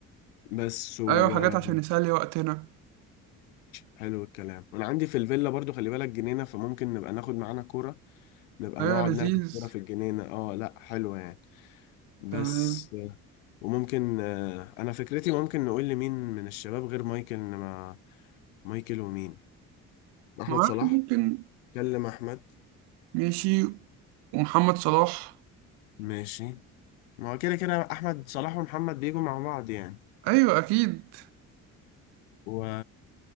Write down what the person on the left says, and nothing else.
بس وماشي
حلو الكلام وأنا عندي في الفيلا برضو خلي بالك جنينة فممكن نبقى ناخد معانا كورة نبقى
نقعد
نلعب كورة في الجنينة اه لأ حلوة يعني بس
وممكن آه، أنا فكرتي ممكن نقول لمين من الشباب غير مايكل إن ما مايكل ومين أحمد
صلاح
كلم أحمد
ماشي ما هو كده كده أحمد صلاح ومحمد بيجوا مع بعض يعني
و